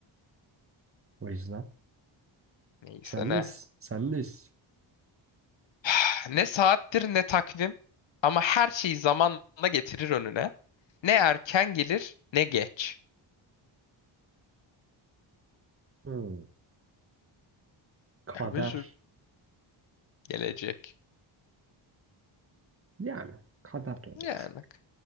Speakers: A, on the right (about 30°); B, on the left (about 65°).
A: O yüzden
B: Neyse
A: sendeyiz.
B: ne.
A: Sendeyiz.
B: <sighs> Ne saattir ne takvim ama her şeyi zamanla getirir önüne. Ne erken gelir ne geç.
A: Hmm. Kader.
B: Özür. Gelecek.
A: Yani kader de olurmuş.
B: Yani.